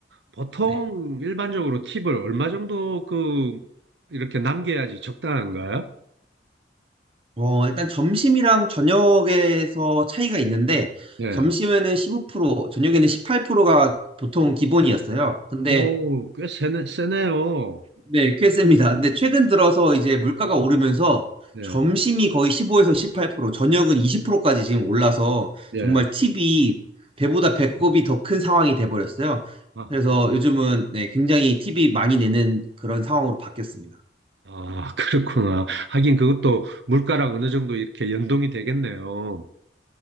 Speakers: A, on the right; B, on the right.
A: 보통
B: 네.
A: 일반적으로 팁을 얼마 정도 그 이렇게 남겨야지 적당한가요?
B: 어, 일단 점심이랑 저녁에서 차이가 있는데,
A: 예.
B: 점심에는 15%, 저녁에는 18%가 보통 기본이었어요. 근데,
A: 오, 꽤 세네, 세네요.
B: 네, 꽤 셉니다. 근데 최근 들어서 이제 물가가 오르면서
A: 예,
B: 점심이 거의 15에서 18%, 저녁은 20%까지 지금 올라서
A: 예.
B: 정말 팁이 배보다 배꼽이 더 큰 상황이 돼버렸어요.
A: 아,
B: 그래서
A: 아,
B: 요즘은 네, 굉장히 팁이 많이 내는 그런 상황으로 바뀌었습니다.
A: 아, 아, <laughs> 그렇구나. 하긴 그것도 물가랑 어느 정도 이렇게 연동이 되겠네요.